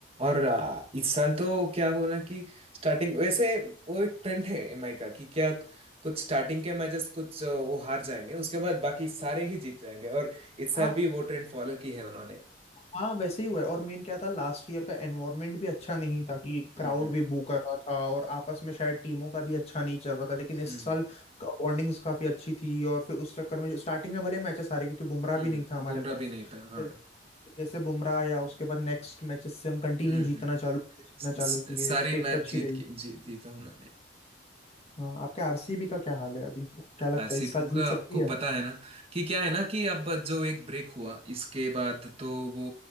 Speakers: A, on the right (about 35°); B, on the left (about 35°).
A: और आ, इस साल तो क्या हुआ ना कि स्टार्टिंग वैसे वो एक ट्रेंड है एमआई का कि क्या कुछ स्टार्टिंग के मैचेस कुछ आ, वो हार जाएंगे उसके बाद बाकी सारे ही जीत जाएंगे और इस साल
B: हाँ
A: भी वो ट्रेंड फॉलो की है उन्होंने
B: हाँ वैसे ही हुआ है और मेन क्या था लास्ट ईयर का एनवायरनमेंट भी अच्छा नहीं था कि
A: हम्म
B: क्राउड
A: हम्म
B: भी बू कर रहा था और आपस में शायद टीमों का भी अच्छा नहीं चल रहा था लेकिन इस
A: हम्म
B: साल बॉन्डिंग्स काफी अच्छी थी और फिर उस चक्कर में जो स्टार्टिंग में भले मैचेस आ रहे क्योंकि बुमराह
A: हम्म
B: भी नहीं था हमारे
A: बुमराह
B: पास
A: भी नहीं था हाँ
B: फिर जैसे बुमराह आया उसके बाद नेक्स्ट मैचेस से हम कंटिन्यू
A: हम्म
B: जीतना
A: हम्म
B: चालू जीतना
A: स-
B: चालू
A: स-
B: किए
A: सारी
B: स्ट्रिक्स
A: मैच
B: अच्छी
A: जीत
B: रही
A: की जी, जीता उन्होंने
B: हाँ आपके आरसीबी का क्या हाल है अभी क्या लगता
A: आसिफ
B: है इस साल जीत
A: का
B: सकती
A: आपको
B: है
A: पता है ना कि क्या है ना कि अब जो एक ब्रेक हुआ इसके बाद तो वो